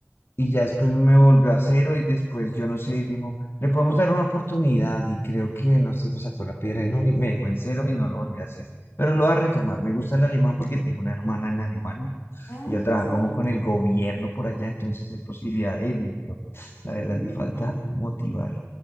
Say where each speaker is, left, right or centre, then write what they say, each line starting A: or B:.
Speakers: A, on the left (about 55°); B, on the left (about 80°).
A: Y ya después me volvió a cero y después yo no sé, y me dijo, le podemos dar una oportunidad y creo que, no sé, me sacó la piedra y no, y me dejó en cero y no lo volví a hacer. Pero lo voy a retomar, me gusta el alemán porque tengo una hermana en Alemania,
B: Ay,
A: ya
B: qué
A: trabaja
B: padre.
A: como con el gobierno por allá, entonces hay posibilidad de irme, pero la verdad
B: Mm.
A: me falta motivar.